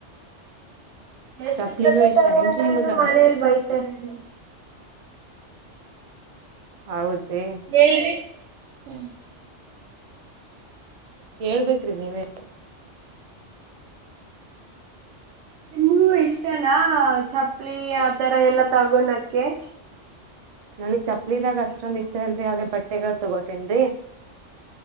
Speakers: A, on the right (about 75°); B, on the right (about 55°).
A: ಎಷ್ಟ್
B: ಚಪ್ಲಿನೂ
A: ಜೊತೆ
B: ಇಷ್ಟ
A: ತಗೊಂಡ್ರನು
B: ಏನ್ರಿ ನಿಮಗ
A: ಮನೇಲಿ ಬೈತಾರೆ ರಿ
B: ಹೌದ್ರೀ.
A: ಹೇಳ್ರಿ ಹ.
B: ಹೇಳ್ಬೇಕ್ರಿ ನೀವೇ
A: ನಿಮಗೂ ಇಷ್ಟನಾ ಚಪ್ಲಿ ಆತರ ಎಲ್ಲಾ ತಗೋಣಕ್ಕೆ
B: ನನ್ಗ್ ಚಪ್ಪಲಿಿದಾಗ ಅಷ್ಟೊಂದ ಇಷ್ಟ ಇಲ್ರಿ ಆದ್ರೆ ಬಟ್ಟೆಗಳು ತಗೋತೇನ್ರೀ